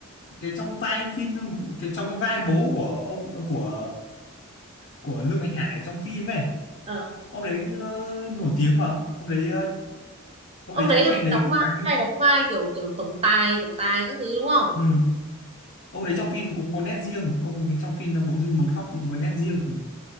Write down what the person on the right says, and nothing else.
Ờ.
ông
đấy
hay
đóng
vai
hay đóng vai kiểu kiểu tổng tài tổng tài các thứ đúng không
ừ.